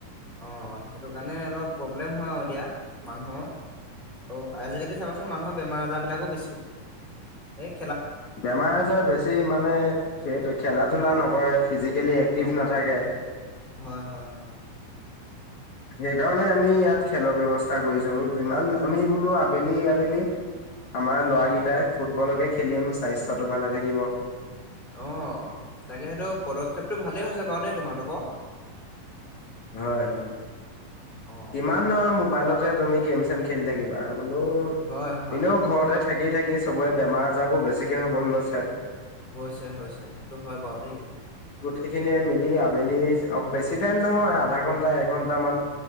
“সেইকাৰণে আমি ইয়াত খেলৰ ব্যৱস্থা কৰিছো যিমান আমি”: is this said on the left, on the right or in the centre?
Left